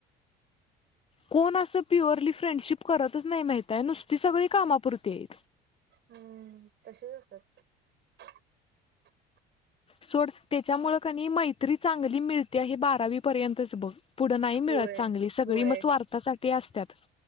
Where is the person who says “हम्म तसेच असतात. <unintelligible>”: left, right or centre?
Right